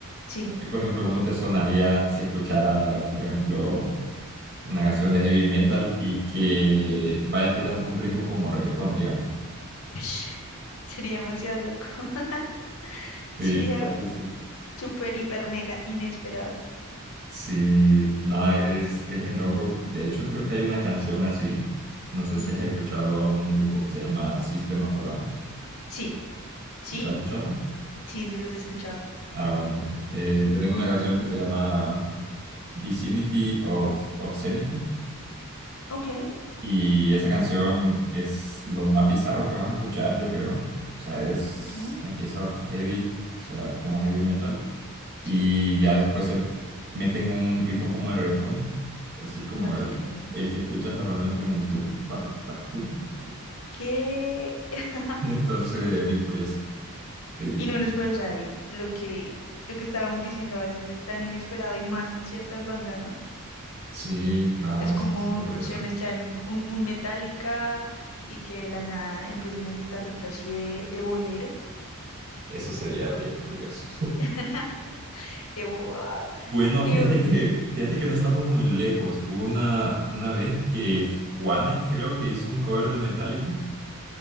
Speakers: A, on the left; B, on the right.
A: Sí.
B: A ti, por ejemplo, ¿cómo te sonaría si escucharas, por ejemplo, una canción de heavy metal y que
A: ujú.
B: vaya tirando un ritmo como reggaetón, digamos?
A: Ush, Sería demasiado loco. <laughs>
B: Sí,
A: Sería
B: la verdad que sí.
A: súper, hiper, mega inesperado.
B: Sí, no, es, es bien loco. De hecho, creo que hay una canción así. No sé
A: Ujú.
B: si has escuchado a un grupo que se llama System of a Down.
A: Sí, sí,
B: ¿Los has escuchado?
A: sí, sí los he escuchado.
B: Ah, bueno. Eh, tienen una canción que se llama Vicinity of Obscenity
A: Ok,
B: y esa canción es lo más bizarro que vas a escuchar, yo creo. O sea, es,
A: ok,
B: empieza heavy, o sea, como heavy metal y
A: sí,
B: ya después se meten un ritmo como de reggaetón, así como
A: no te
B: el,
A: creo.
B: el que escuchas normalmente un tumpa, tumpa, tumpa.
A: ¿Qué? <laughs>
B: <laughs> Entonces es
A: ¿Te
B: bien curioso. Sí,
A: Y no lo espero, o sea, y lo que, lo que estábamos diciendo a veces es tan inesperado y más en ciertas bandas, ¿no?
B: sí, no,
A: Es
B: es
A: como,
B: bastante curioso.
A: no sé, mezclar un, un, un Metallica y que de la nada empiece una guitarrita así de, de bolero.
B: Eso sería bien curioso.
A: <laughs> Y, ¡guau!
B: Bueno,
A: ¡Qué
B: fíjate
A: ot-
B: que, fíjate que no estamos muy lejos. Hubo Una, una vez que Juanes creo que hizo un cover de Metallica